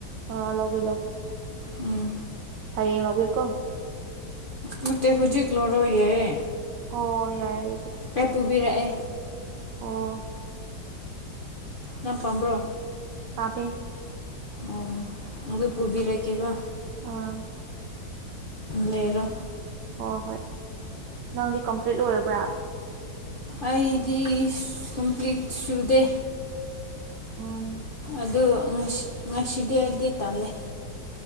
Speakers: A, on the right; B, on the left.
A: ꯑꯥ ꯂꯧꯒꯦ ꯂꯧꯒꯦ
B: ꯎꯝ
A: ꯍꯌꯦꯡ ꯂꯧꯒꯦꯀꯣ
B: ꯅꯠꯇꯦ ꯍꯧꯖꯤꯛ ꯂꯧꯔꯣꯌꯥꯏ
A: ꯑꯣ ꯌꯥꯏ
B: ꯑꯦ ꯄꯨꯕꯤꯔꯛꯑꯦ
A: ꯑꯣ
B: ꯌꯥꯝ ꯄꯥꯝꯕ꯭ꯔꯣ
A: ꯄꯝꯄꯦ
B: ꯑꯣ ꯑꯗꯨ ꯄꯨꯕꯤꯔꯛꯀꯦꯀꯣ
A: ꯑꯥ
B: ꯂꯩꯔꯣ
A: ꯍꯣꯏ ꯍꯣꯏ ꯅꯪꯗꯤ ꯀꯝꯄ꯭ꯂꯤꯠ ꯂꯣꯏꯔꯕ꯭ꯔꯥ
B: ꯑꯩꯗꯤ ꯀꯝꯄ꯭ꯂꯤꯠ ꯁꯨꯗꯦ
A: ꯑꯥ
B: ꯑꯗꯨ ꯉꯁꯤ ꯉꯁꯤꯗꯤ ꯑꯩꯗꯤ ꯇꯜꯂꯦ